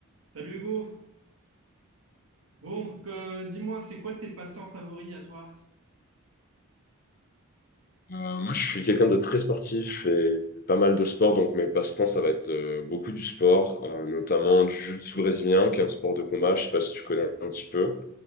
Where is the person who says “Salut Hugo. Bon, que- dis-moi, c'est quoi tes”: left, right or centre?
Right